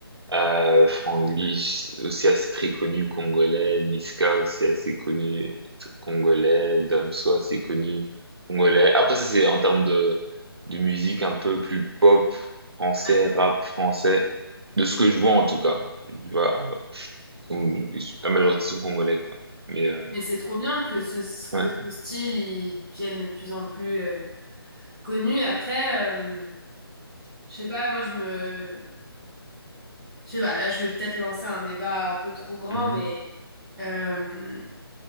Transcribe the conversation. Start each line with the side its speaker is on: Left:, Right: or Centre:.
Right: Euh, Franglis, aussi assez très connu, congolais. Niska, aussi assez connu, t- congolais. Damso, assez connu, congolais. Après, ça, c'est en termes de, de musique un peu plus pop, français,
Centre: Ouais.
Right: rap français. De ce que je vois, en tout cas. Tu vois, ah ouais. Ils sont- la majorité sont congolais, quoi. Mais, euh,
Centre: Mais c'est trop bien que ce, que
Right: ouais.
Centre: ce style, il devienne de plus en plus euh, connu. Après, euh, je sais pas, moi je me... Je sais pas, là je vais peut-être lancer un débat un peu trop grand,
Right: Mhm,
Centre: mais... euh,